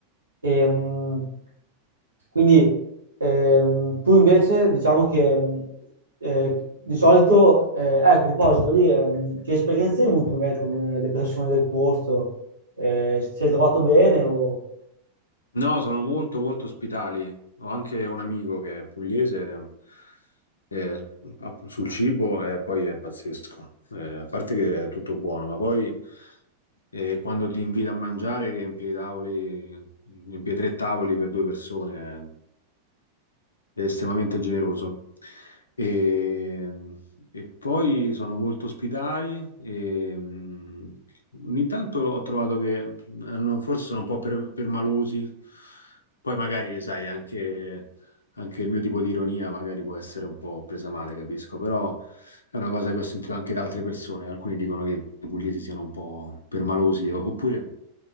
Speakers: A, on the right (about 80°); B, on the left (about 75°).
A: E, mh, quindi ehm, tu invece diciamo che mh, eh, di solito, eh, ecco, a proposito lì, ehm, che esperienze hai avuto magari con eh, le persone del posto? Eh, ti sei trovato bene o...
B: No, sono molto molto ospitali. Ho anche un amico che è pugliese ed è- è- app- sul cibo e poi è pazzesco. Eh, a parte che è tutto buono, ma poi eh, quando ti invita a mangiare riempi i tavoli, riempi tre tavoli per due persone è estremamente generoso. E, e poi sono molto ospitali e mm, ogni tanto ho trovato che hanno- forse sono un po' per- permalosi, poi magari, sai, anche, anche il mio tipo di ironia magari può essere un po' presa male, capisco, però è una cosa che ho sentito anche da altre persone, alcuni dicono che i pugliesi siano un po' permalosi, oppure